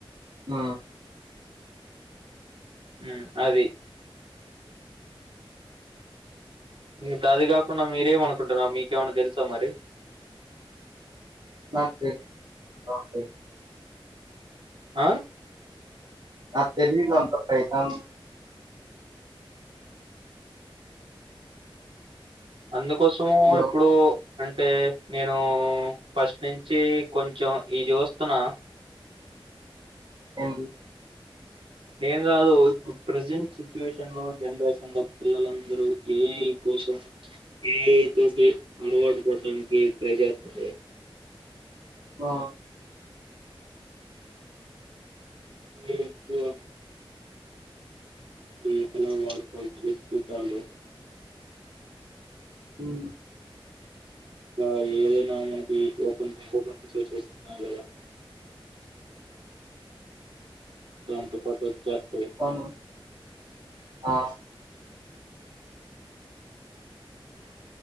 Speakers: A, on the right; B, on the right.
A: ఆ
B: ఉ అది ఉ అది కాకుండా మీరేమనుకుంటారా మీకేమన్నా తెలుసా మరి
A: ఆహ్ తే <unintelligible>
B: ఆ
A: ఆ తెలిందంత పైథాన్
B: అందు కోసం
A: లో
B: ఇప్పుడు అంటే నేను ఫస్ట్ నుంచి కొంచెం ఇయి చూస్తున్నా
A: ఎన్
B: నేను కాదు ఇప్పుడు ప్రజెంట్ సిచ్యువేషన్ లో జనరేషన్ లో పిల్లలందరూ ఏఐ కోసం ఏఐ తోటి అలవాటు పడడానికి ట్రై చేస్తారు
A: ఆ
B: ఎక్కువ ఎ ఎలా వాడుకోవాలో తెలుసుకుంటాడు
A: ఉమ్
B: ఆ ఏదైనా మనకి ఓపెన్ ఓపెంతో చేస్తున్నారు కదా దాంతో పాటు వచ్చేస్తాయి
A: అవును ఆ